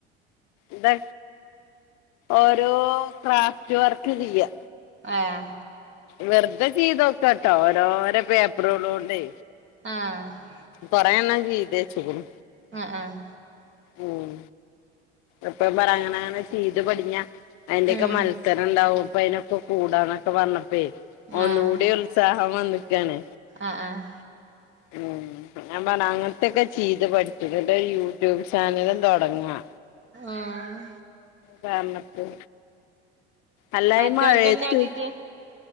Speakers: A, on the left (about 65°); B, on the right (about 40°).
A: ഇതാ ഓരോ ക്രാഫ്റ്റ് വർക്ക് ചെയ്യ
B: എഹ്
A: വെർതെ ചെയ്തോക്കാട്ടോ ഓരോരോ പേപ്പറുകള് കൊണ്ടെ
B: ആഹ്
A: കൊറെണ്ണം ചെയ്തു വെച്ചേക്ക്ണു
B: ആഹ് ആഹ്
A: ഉം ഇപ്പൊ പറ അങ്ങനെ അങ്ങനെ ചെയ്ത് പടിഞ്ഞാ അതിന്റെയൊക്കെ
B: ഉം
A: മത്സരം ഉണ്ടാവും ഇപ്പ അയ്ന ഇപ്പ കൂടാന്നൊക്കെ പറഞ്ഞപ്പെ ഒന്നുകൂടി
B: ആഹ്
A: ഉത്സാഹം വന്ന്ക്കാണ്
B: ആഹ് ആഹ്
A: ഉം ഞാൻ പറഞ്ഞ് അങ്ങനത്തെക്കെ ചെയ്ത് പഠിചൂട് എന്നിട്ട് യു യൂട്യൂബ് ചാനലും തൊടങ്ങാ
B: ആഹ്
A: പർഞ്ഞിറ്റ് അല്ല
B: മറ്റോൻക്കെന്നെ
A: ഈ മഴയത്ത്
B: അടിട്ടി